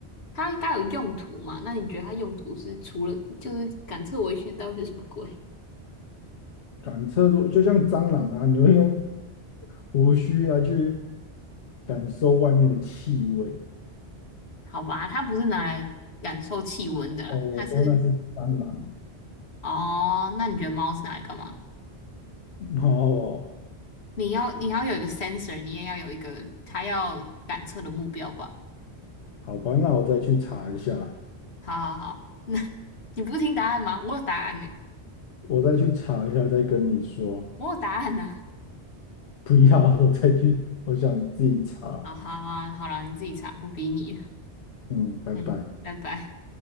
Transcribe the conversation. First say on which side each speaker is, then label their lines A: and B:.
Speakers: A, on the left (about 70°); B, on the left (about 85°).
A: 它应该有用途嘛？那你觉得它用途是除了就是感测危险，到底是什么鬼？
B: 感测出就像蟑螂啊，你会用胡须来去感受外面的气味。
A: <laughs> 好吧，它不是拿来感受气温的啦，
B: 哦，我说那是蟑螂。
A: 它是哦，那你觉得猫是拿来干嘛？
B: 哦，
A: 你要你要有一个 sensor，你也要有一个它要感测的目标吧？
B: 好吧，那我再去查一下，
A: 好好好，<laughs> 那你不是听答案吗？我有答案呢、
B: 我再去查一下，再跟你说。
A: 我有答案呢、<laughs>
B: 不要，我再去，我想自己查。
A: 啊，好好啊，好了，你自己查，<laughs> 不逼你了
B: 嗯，拜拜。
A: 嗯，拜拜。